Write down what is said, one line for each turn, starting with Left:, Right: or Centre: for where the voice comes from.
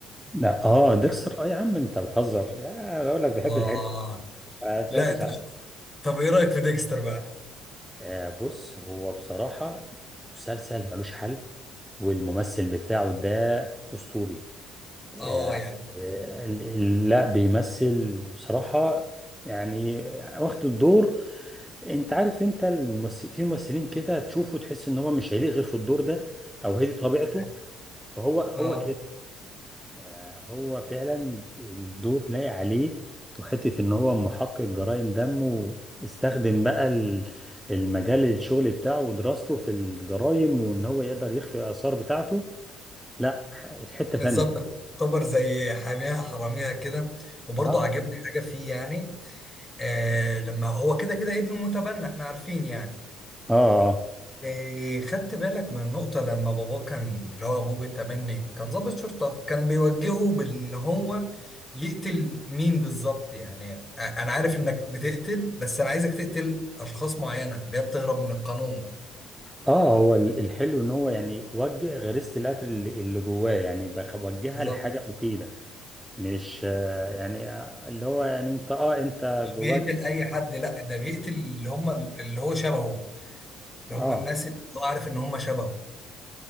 Centre: لا اه ديكستر اه يا عم انت بتهزر يا اقول لك بحب
Left: اه
Centre: الحاجات دي. ما سمعتش
Left: لا طب
Centre: عنها
Left: طب ايه رايك في ديكستر بقى
Centre: آه بص هو بصراحة مسلسل ملوش حل والممثل بتاعه ده أسطوري يعني
Left: اه يعني
Centre: ال- ال- لا بيمثل بصراحة يعني واخد الدور انت عارف انت الممثل في ممثلين كده تشوفه تحس ان هو مش هيليق غير في الدور ده او هي دي طبيعته
Left: ده-
Centre: فهو هو
Left: اه
Centre: كده آه، هو فعلا الدور لايق عليه وحتة ان هو محقق جرائم دم واستخدم بقى ال- المجال الشغل بتاعه ودراسته في الجرائم وان هو يقدر يخفي الاثار بتاعته لا ح- حتة
Left: بالظبط
Centre: ثانية
Left: تعتبر زي حاميها حراميها كده وبرضه
Centre: اه
Left: عجبني حاجة فيه يعني آه لما هو كده كده ابنه متبنى احنا عارفين يعني
Centre: اه
Left: آه خدت بالك من النقطة لما باباه كان اللي هو أبوه بالتبني كان ضابط شرطة كان بيوجهه بأن هو يقتل مين بالظبط يعني آه، أنا عارف إنك بتقتل بس أنا عايزك تقتل أشخاص معينة اللي هي بتهرب من القانون
Centre: اه هو ال- الحلو ان هو يعني وجه غريزة القتل اللي اللي جواه يعني بخ- وجهها
Left: بالظبط
Centre: لحاجة مفيدة مش آه، يعني آه، اللي هو يعني انت اه انت
Left: مش
Centre: جواك
Left: بيقتل أي حد لا ده بيقتل اللي هم اللي هو شبهه اللي
Centre: اه
Left: هم الناس اللي هو عارف إن هم شبهه